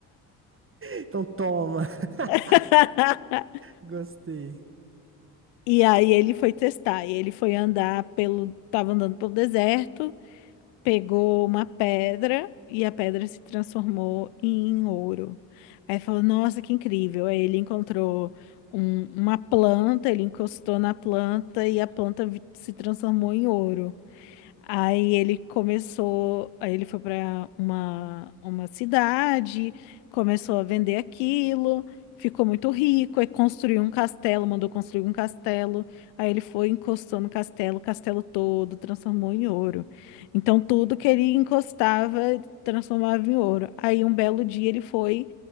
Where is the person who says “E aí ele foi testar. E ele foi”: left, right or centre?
Left